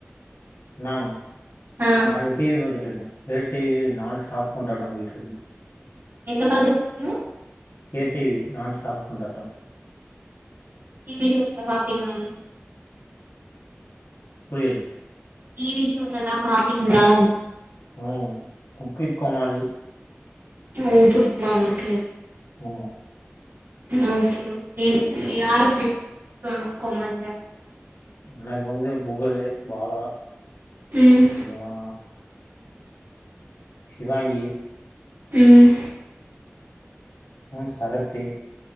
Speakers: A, on the left; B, on the right.
A: ஆமா
B: ஆ
A: நாங்க டிவி பாத்துட்டு இரு இத டிவியில் நான் ஸ்டாப் கொண்டாட்டம் போயிட்டிருக்கு
B: என்ன பாத்துட்டு இருக்கீங்க
A: கே டிவி நான் ஸ்டாப் கொண்டாட்டம்
B: டி வி நியூஸ்ல பாப்பிங்ளா நீங்க
A: புரியல
B: டி வி ஷோஸ் எல்லா பாப்பீங்ளா
A: ம் குக் வித் கோமாளி
B: ஓ புடிக்குமா உங்களுக்கு
A: ம்
B: ம் ஓகே ஓகே யார பிடிக்கு <inaudible> வித் கோமாளில
A: எனக்கு வந்து புகழு பாலா
B: ம்
A: அப்பறோ சிவாங்கி
B: ம்
A: ஆ சரத்து